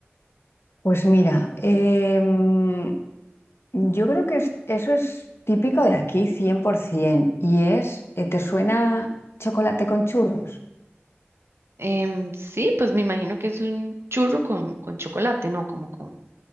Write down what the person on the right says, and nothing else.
Em, sí, pues me imagino que es un churro con, con chocolate, ¿no? Como con...